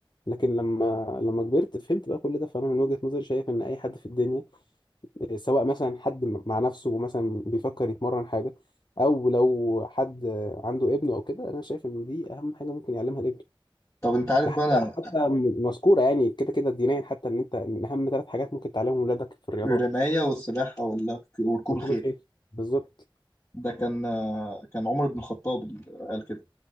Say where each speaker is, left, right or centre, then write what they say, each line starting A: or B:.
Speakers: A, on the left; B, on the left.
A: لكن لما لما كبرت فهمت بقى كل ده فانا من وجهة نظري شايف ان اي حد في الدنيا آه، سواء مثلا حد م- مع نفسه مثلا بيفكر يتمرن حاجة او لو حد آه، عنده ابنه او كده انا شايف ان دي اهم حاجة ممكن يعلمها لابنه
B: طب انت عارف
A: ده حتى
B: بقى انا
A: حتى م- مذكورة يعني كده كده دينيا حتى ان انت من اهم ثلاث حاجات ممكن تعلمهم ولادك في الرياضات
B: الرماية والسباحة ولا وركوب
A: ركوب
B: الخيل
A: الخيل بالظبط
B: ده كان آه، كان عمر بن الخطاب اللي قال كده